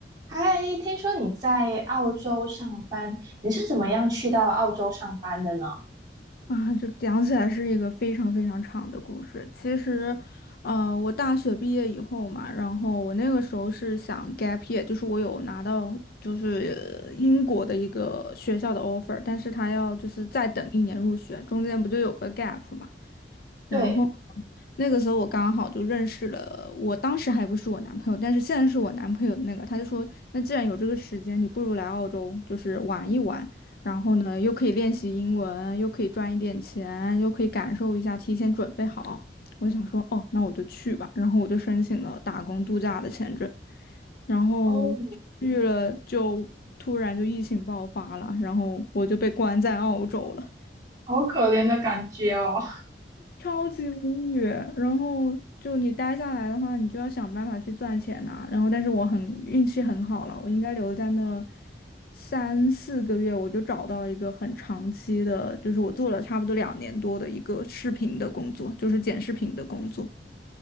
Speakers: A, on the right; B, on the left.
A: 嗨，听说你在澳洲上班，你是怎么样去到澳洲上班的呢？
B: 啊，就讲起来是一个非常非常长的故事。其实，呃，我大学毕业以后嘛，然后我那个时候是想 gap year，就是我有拿到就是呃英国的一个学校的 offer，但是他要就是再等一年入学，中间不就有个 gap 嘛？
A: 对，
B: 然后那个时候我刚好就认识了，我当时还不是我男朋友，但是现在是我男朋友的那个，他就说，那既然有这个时间，你不如来澳洲，就是玩一玩，然后呢，又可以练习英文，又可以赚一点钱，又可以感受一下，提前准备好。我就想说，哦，那我就去吧，然后我就申请了打工度假的签证，然后去了就突然就疫情爆发了，
A: 哦，
B: 然后我就被关在澳洲了。
A: 好可怜的感觉哦。
B: 超级无语。然后就你待下来的话，你就要想办法去赚钱呐、然后，但是我很运气很好了，我应该留在那三四个月，我就找到一个很长期的，就是我做了差不多两年多的一个视频的工作，就是剪视频的工作。